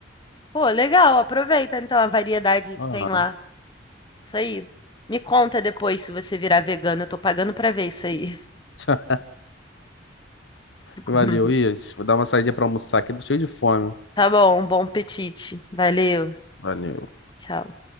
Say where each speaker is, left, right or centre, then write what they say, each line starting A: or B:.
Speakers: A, on the left; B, on the left.
A: Pô, legal, aproveita então a variedade que
B: Ah,
A: tem lá. Isso aí. Me conta depois se você virar vegano. Eu tô pagando pra ver isso aí.
B: <laughs>
A: <laughs>
B: valeu, Ias. Vou dar uma saída pra almoçar aqui, tô cheio de fome.
A: Tá bom, bom apetite. Valeu.
B: Valeu.
A: Tchau.